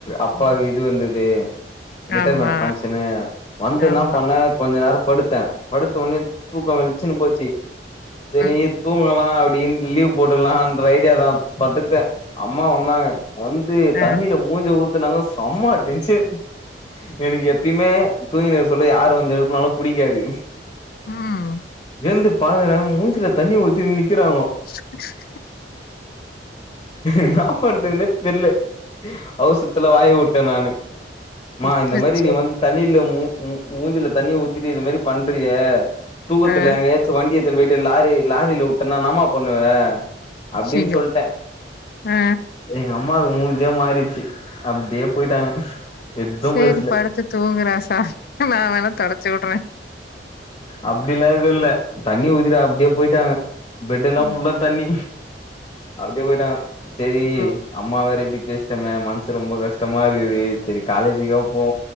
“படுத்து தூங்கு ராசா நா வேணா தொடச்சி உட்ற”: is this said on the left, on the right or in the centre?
Left